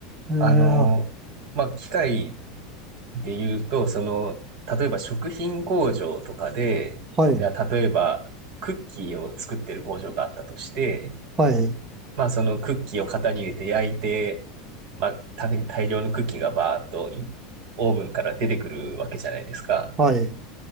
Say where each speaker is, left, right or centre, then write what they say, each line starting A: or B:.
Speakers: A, on the right (about 20°); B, on the right (about 55°).
A: ええ、
B: あの、
A: は
B: まあ、機械で言うと、その、例えば食品工場とかで、
A: い。
B: じゃあ例えばクッキーを作ってる工場があったとして、
A: はい。
B: まあ、そのクッキーを型に入れて焼いて、まあ、大大量のクッキーがバーっといオーブンから出てくるわけじゃないですか。
A: はい。